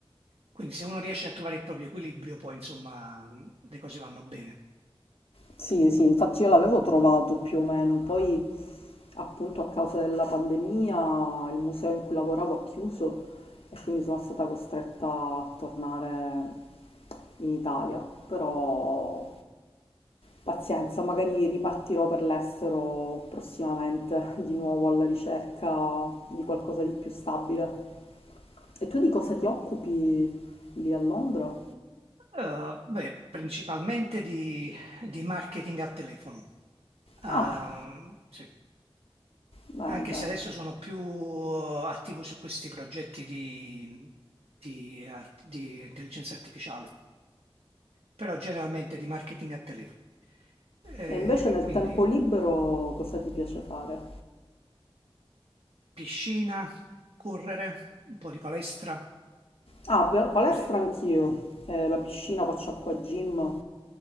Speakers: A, on the right; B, on the left.
A: Quindi se uno riesce a trovare il proprio equilibrio, poi insomma le cose vanno bene.
B: Sì, sì, infatti io l'avevo trovato più o meno, poi Appunto a causa della pandemia il museo in cui lavoravo ha chiuso e quindi sono stata costretta a tornare in Italia, però pazienza, magari ripartirò per l'estero prossimamente di nuovo alla ricerca di qualcosa di più stabile. E tu di cosa ti occupi lì a Londra?
A: Eh, beh, principalmente di, di marketing a telefono. Ehm,
B: Ah,
A: sì.
B: bene,
A: Anche
B: bene.
A: se adesso sono più eh, attivo su questi progetti di, di ar- di intelligenza artificiale, però generalmente di marketing a telefono. Eh,
B: E invece nel
A: quindi
B: tempo libero cosa ti piace fare?
A: piscina, correre, un po' di palestra.
B: Ah, pal- palestra
A: Ade-
B: anch'io, eh, la piscina, faccio acqua gym,